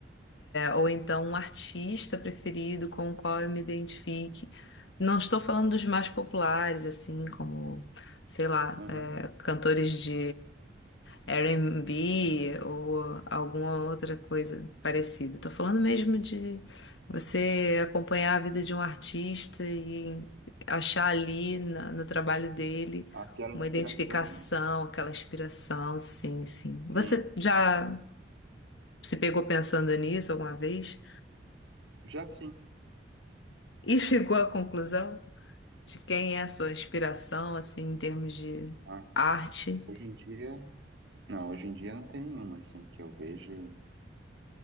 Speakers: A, on the left (about 75°); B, on the right (about 70°).
A: ou então um artista preferido com o qual eu me identifique. Não estou falando dos mais populares, assim, como, sei lá,
B: Uhum.
A: é, cantores de R&B ou alguma outra coisa parecida. Estou falando mesmo de você acompanhar a vida de um artista e achar ali na- no trabalho dele
B: Aquela
A: uma
B: inspiração,
A: identificação,
B: né?
A: aquela inspiração, sim, sim. Você
B: Sim.
A: já se pegou pensando nisso alguma vez?
B: Já sim.
A: E chegou à conclusão de quem é a sua inspiração, assim, em termos de
B: Ah,
A: arte.
B: hoje em dia. Não, hoje em dia não tem nenhuma, assim, que eu vejo. e